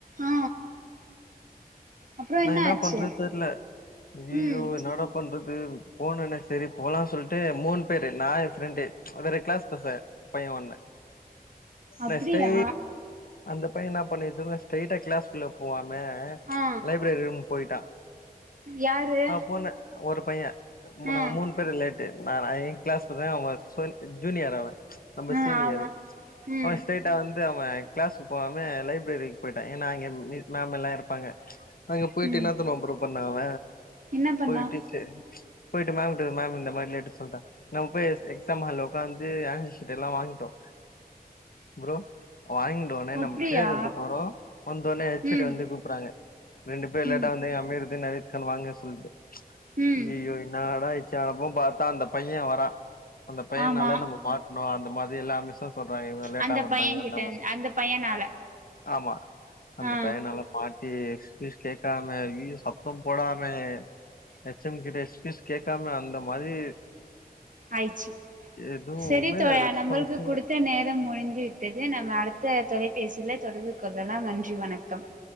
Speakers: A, on the right (about 55°); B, on the left (about 65°).
A: ஆ அப்றோ
B: நா என்ன
A: ஆச்சு
B: பண்றது தெர்ல ஐயையோ
A: ம்
B: என்னடா பண்றது போனுனா சேரி போலான்னு சொல்ட்டு மூனுன் பேர்ரு நா ஏ ஃப்ரெண்ட ஒரு கிளாஸ் பச பைய ஒன்னு
A: அப்டியா
B: நெஸ்டே அந்த பைய என்ன பண்ணிச்சுவா ஸ்ரேட்டா கிளாஸ்குள்ள போவாம
A: ஆ
B: லைப்ரரி ரூம் போயிட்டா
A: யாரு
B: நா போன ஒரு பைய நாங்க
A: ஆ
B: மூணு பேர் லேட்டு நா நா ஐ கிளாஸ் பசங்க அவ ஹஸ்பண்ட் ஜூனியர் அவ நம்ம
A: ஆ
B: சீனீயரு
A: ஆமா ம்
B: அவ ஸ்டேட் கிட்ட வந்து அவன் கிளாஸக்கு போவம லைப்ரரிக்கு போயிட்டா ஏனா அங்க மிர் மேம் எல்லா இருப்பாங்க அங்க போயிட்டு
A: ம்
B: என்னாத்தம்ம வம்பரு பண்ணா அவ
A: என்ன பண்ணா
B: போயிட்டு சே போயிட்டு மேம்ட மேம் இந்த மாரி லேட்டு சொல்ற நம்ம போய் எக்ஸ் எக்ஸாம் ஹால்ல உக்கா ஆன்சர் ஷீட் எல்லா வாங்கிடோ ப்ரோ வாங்கிடோனே
A: அப்டியா
B: நம்ம பேர் எழுத்து போறோ வந்தோடனே ஹெச்சோடி
A: ம்
B: வந்து கூப்றாங்க ரெண்டு பேர் லேட்டாவந்தேய
A: ம்
B: அமீர்தின் நவீத் கன்னுவாங்க சொல்ட்டு
A: ம்
B: இயயோ என்னாடா இச்சா அப்ப பாத்தா அந்த பைய வரா அந்த பையனால
A: ஆமா
B: நம்ம மாட்னோ அந்த மாதிரி எல்லா மிஷ்சஸ் சொல்றாங்க இவங்க லேட்டா
A: அந்த
B: வந்தாங்க
A: பையன்கிட்ட
B: என்னமா
A: அந்த பையனால
B: ஆமா அந்த
A: ஆ
B: பையனால்ல மாட்டி எக்ஸ்க்யூஸ் கேட்காம ஜயயோ சத்தம் போடாம எச்எம் கிட்ட எஸ்கியூஸ் கேட்காம அந்த மாதிரி
A: ஆயிச்சி
B: எதுவுமே
A: சேரி தோழா
B: ரெஸ்பான்ஸ்
A: நம்மளுக்கு
B: இல்ல
A: குடுத்த நேரம் முடிந்து வி ட்டது நம்ம அடுத்த தொலைபேசியில தொடர்பு கொள்ளலா நன்றி வணக்கம்